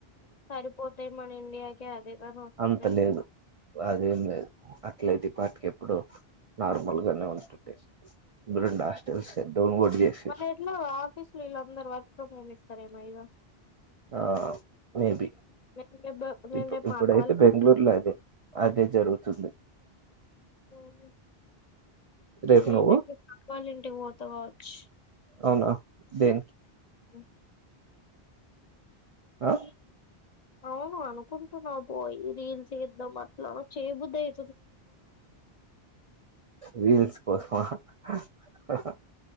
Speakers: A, on the left; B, on the right.
A: సరిపోతాయి మన ఇండియాకే అదేదని వస్తుంది
B: అంత లేదు అదేం లేదు అట్లయితే ఈ పాటికి ఎప్పుడు నార్మల్ గానే ఉంటుండే రెండు హాస్టల్స్ డౌన్ కూడా చేసిర్రు
A: మరి ఎట్లా ఆఫిస్ లో అందరు వర్క్ ఫ్రమ్ హోమె సరేమ ఇగా
B: ఆ మేబి
A: నేను రేపు నేను
B: ఇప్పు
A: రేపు
B: ఇప్పుడైతే
A: మా అక్క వాళ్ళ ఇంటికి
B: బెంగళూరులో
A: పోతా.
B: అదే అదే జరుగుతుంది.
A: అవును
B: రేపు
A: నేను
B: నువ్వు
A: అయితే అక్క వాళ్ళ ఇంటికి పోతకావచ్చు
B: అవునా దేనికి
A: ఉ
B: ఆ
A: అవును అనుకుంటున్నా పోయి రీల్స్ చేద్దాం. అట్లా చేబుద్ది అయి
B: వీల్స్ కోసమా హ హ